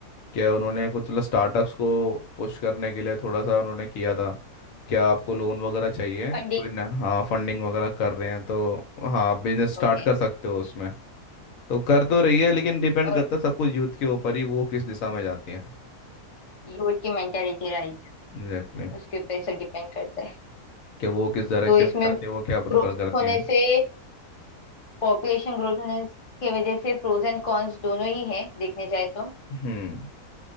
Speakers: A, on the left; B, on the left.
A: क्या उन्होंने कुछ मतलब स्टार्टअप्स को पुश करने के लिए थोड़ा सा उन्होंने किया था क्या आपको लोन वगैरह चाहिए
B: फंडिंग
A: कोई ना हाँ फंडिंग वगैरह कर रहे हैं तो हाँ आप बिजनेस स्टार्ट
B: ओके
A: कर सकते हो उसमें तो कर तो रही है लेकिन डिपेंड
B: और
A: करता है सब कुछ यूथ के ऊपर ही वो किस दिशा में जाती है
B: यूथ की मेंटेलिटी राइट
A: Exactly exactly.
B: उसके ऊपर सब डिपेंड करता है
A: कि वो किस डायरेक्शन
B: तो इसमें
A: में जाती
B: ग्रोथ
A: है वो क्या प्रेफर करती
B: होने
A: है
B: से पॉपुलेशन ग्रोथ होने के वजह से प्रोज एंड कॉन्स दोनों ही है देखने जाए तो
A: हम्म